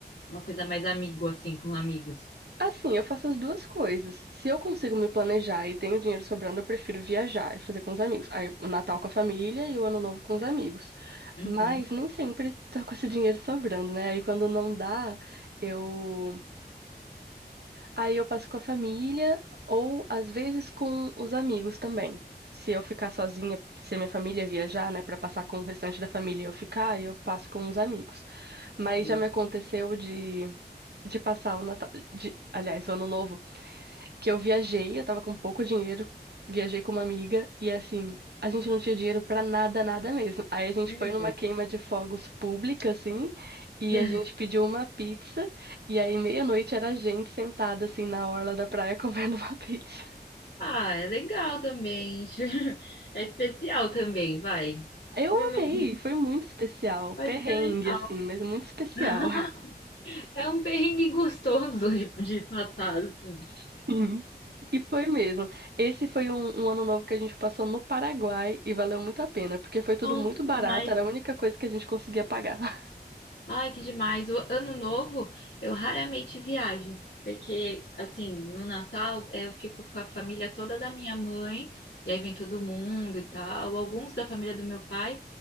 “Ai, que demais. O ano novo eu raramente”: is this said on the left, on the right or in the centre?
Left